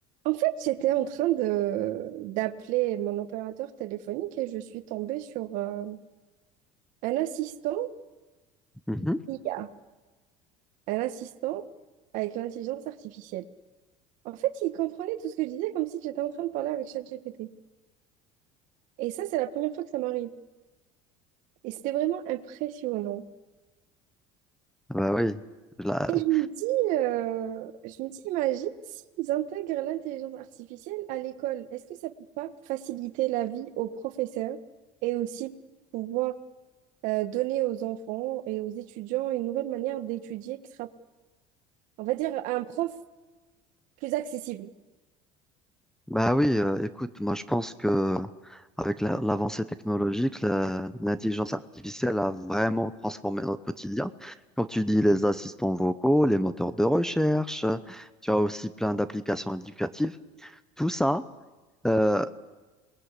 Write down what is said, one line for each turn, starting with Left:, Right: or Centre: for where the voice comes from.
Right: En fait, j'étais en train de d'appeler mon opérateur téléphonique et je suis tombée sur euh, un assistant
Centre: Mhm.
Right: IA, un assistant avec l'intelligence artificielle. En fait, il comprenait tout ce que je disais comme si j'étais en train de parler avec ChatGPT. Et ça, c'est la première fois que ça m'arrive. Et c'était vraiment impressionnant.
Centre: Bah oui, La-
Right: Et je me dis, euh, je me dis, imagine s'ils intègrent l'intelligence artificielle à l'école, est-ce que ça peut pas faciliter la vie aux professeurs et aussi pouvoir euh, donner aux enfants et aux étudiants une nouvelle manière d'étudier qui sera, on va dire, un prof plus accessible.
Centre: bah oui. euh, écoute, moi je pense que avec la- l'avancée technologique, la- l'intelligence artificielle a vraiment transformé notre quotidien. Comme tu dis, les assistants vocaux, les moteurs de recherche, euh, tu as aussi plein d'applications éducatives. Tout ça, euh,